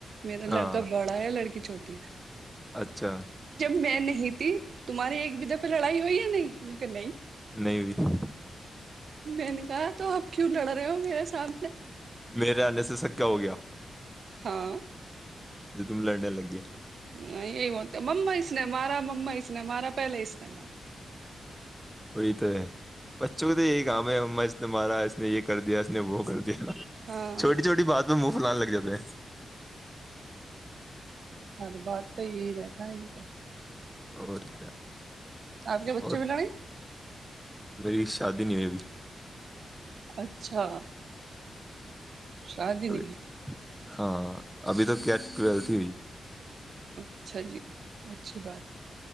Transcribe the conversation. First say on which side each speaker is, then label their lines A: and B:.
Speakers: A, on the right; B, in the centre.
A: میرا
B: ہاں
A: لڑکا بڑا ہے لڑکی چھوٹیے
B: اچھا
A: میں نہیں تھی تمہاری ایک ب دفہ لڑائی ہو نہیں کہنا ہی
B: لے ہو
A: میں نے کہا تو آپ کیوں لڑ رہے ہو میرے سامنے
B: میرے آنے سے سکا ہو گیا
A: ہاں
B: ج تم لڑنے لگ گے
A: یہی ہوتا مما اس نے مارا مما اس نے مارا پہلے اس اس نے ب
B: وہی تو ہے بچوں کو تو یہی کام ہے ما اس نے مارا اس نے یہ کر دیا اس نے وہ کر دیا
A: ہاں
B: چھوٹی چھوٹی بات پ مک فلال لگ جاتا ہیں
A: ہر بات تو یہی رہتا ہے ان کا
B: اور کیا
A: آپ کے بچے
B: اور
A: بھی لڑے
B: میری شادی نہیں ہوئی بھی
A: اچھا شاد
B: ابھی-
A: نہیں
B: ہاں ابھی تو کیا ٹویلت ہی ہوئی
A: اچھا جی اچھی بات ہے